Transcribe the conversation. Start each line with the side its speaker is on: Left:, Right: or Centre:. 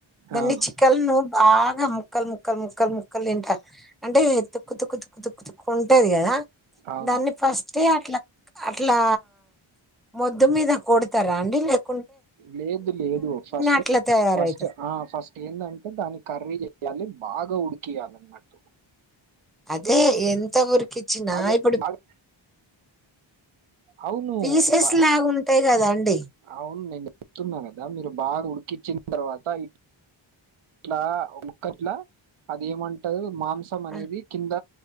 Centre: దన్ని
Right: అవును
Centre: చికల్ ను బాగా ముక్కల్ ముక్కల్ ముక్కల్ ముక్కల్ లింట అంటే తుక్కు తుక్కు తుక్కు తుక్కు తుక్కు ఉంటది గదా
Right: అవును
Centre: దాన్ని ఫస్ట్ ఎ అట్లా అట్లా మొద్దు మీద కొడతారా అండి లేక్
Right: లేదు లేదు ఒ ఫస్ట్
Centre: అట్లా తయారవుతది
Right: ఫస్ట్ ఆ ఫస్ట్ ఏందంటే దాన్ని కర్రీ చెయాలి బాగా ఉడికియాల అన్నట్టు
Centre: అదే ఎంత ఊరికిచ్చిన
Right: బాగా
Centre: ఇపుడు
Right: బాగా అవును
Centre: పీసెస్
Right: బా
Centre: లాగా ఉంటాయి గదా అండి
Right: అవును నేను చెప్తున్నా గదా మీరు బాగా ఉడికిచ్చిన తర్వాత ఇ ట్లా ఒముక్కట్లా అది ఏమంటరు మాంసం అనేది
Centre: ఆ
Right: కింద